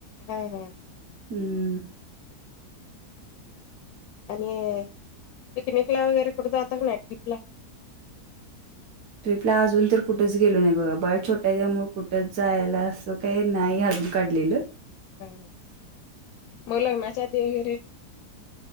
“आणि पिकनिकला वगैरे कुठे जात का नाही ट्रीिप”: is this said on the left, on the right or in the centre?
Left